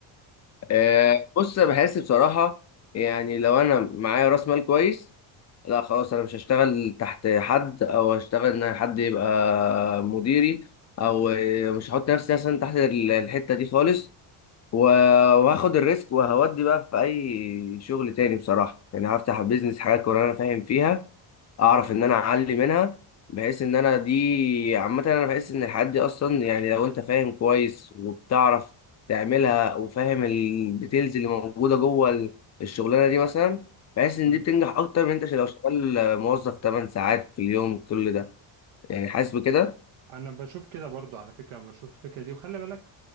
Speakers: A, on the left; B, on the right.
A: آه، بص انا بحس بصراحه يعني لو انا معايا راس مال كويس لا خلاص انا مش هشتغل تحت حد او هشتغل ان حد يبقى مديري او آه، مش هحط نفسي مثلا تحت ال- الحته دي خالص و- وهاخد الريسك وهودي بقى في اي شغل تاني بصراحه يعني هفتح بيزنس حاجات وانا فاهم فيها اعرف ان انا اعلي منها بحيث ان انا دي عامه انا بحس ان الحاجات دي اصلا يعني لو انت فاهم كويس وبتعرف تعملها وفاهم الديتيلز اللي موجوده جوه ال- الشغلانه دي مثلا بحس ان
B: امم
A: دي بتنجح اكتر من انت لو شغال موظف 8 ساعات في اليوم كل ده يعني حاسس بكده
B: انا بشوف كده برضو على فكره أنا بشوف الفكره دي وخلي بالك